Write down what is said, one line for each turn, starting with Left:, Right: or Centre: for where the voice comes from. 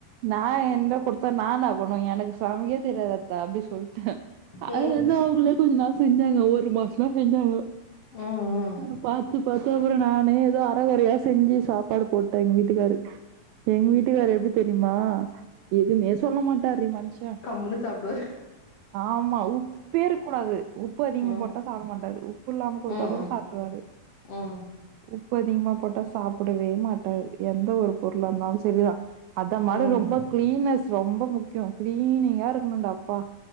Right: நான் என்ட குடுத்தா நா என்னா பண்ணுவே எனக்கு சமைக்க தெரியாது அத்த அப்டி சொல்ட்டே
Left: ம்
Right: அதுல இருந்து
Left: ம்
Right: அவங்களே கொஞ்ச நாள் செஞ்சாங்க ஒரு மாசம்லா செஞ்சாங்க
Left: ம்
Right: அ பாத்து பாத்து அப்பறம் நானே எதோ அரகுறையா செஞ்சு சாப்பாடு போட்டாங் வீட்டுக்காரு எங்க வீட்டுக்கார் எப்டி தெரியுமா எதுமே சொல்ல மாட்டார் டி மனுஷ
Left: கம்முன்னு சாப்டுவாரு
Right: ஆமா உப்பே இருக்க கூடாது உப்பு அதிகமா
Left: ம்
Right: போட்டா சாப்ட மாட்டாரு உப்பு இல்லாம குடுத்தா
Left: ம்
Right: கூட
Left: ம்
Right: சாப்ட்ருவாரு
Left: ம்
Right: உப்பு அதிகமா போட்டா சாப்பிடவே மாட் டாரு எந்த ஒரு பொருளாருந்தாலு சரிதா அத மாதிரி
Left: ம்
Right: ரொம்ப க்ளீன்னஸ் ரொம்ப முக்கியோ கிளீனிங்கா இருக்கணும்டா அப்பா